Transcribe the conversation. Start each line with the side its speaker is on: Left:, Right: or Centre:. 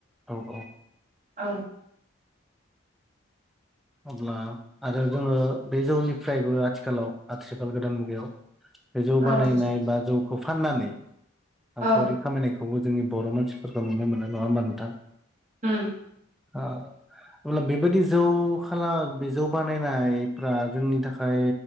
Centre: औ औ
Right: ओ।
Centre: अब्ला आरो जोङो बे जौनिफ्रायबो आथिखालाव आथिखाल गोदान मुगायाव बे जौ
Right: औ
Centre: बानायनाय बा जौखौ फाननानै रांखावरि
Right: औ
Centre: खामायनायखौ बेखौबो जोंनि बर' मानसिफोरखौ नुनो मोनो नङा होमा नोंथां।
Right: हम
Centre: ओ अब्ला बेबायदि जौ खालाय बि जौ बानायनायफ्रा जोंनि थाखाय